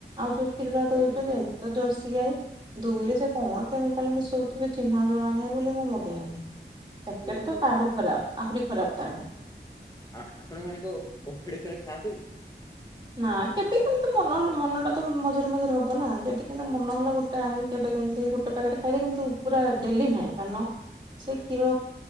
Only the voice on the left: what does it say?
ଆଜ୍ଞା
ଓହୋ।
ଆ ଆପଣ ମାନେ ଓମଫେଡ କ୍ଷୀର ଖାଆନ୍ତିନି?